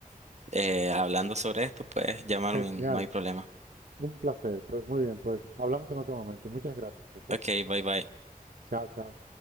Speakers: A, on the right; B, on the right.
A: eh, hablando sobre esto, puedes llamarme,
B: genial,
A: no hay problema.
B: un placer, pues muy bien, pues hablamos en otro momento y muchas gracias, ¿eh?
A: Ok, bye bye.
B: Chao, chao.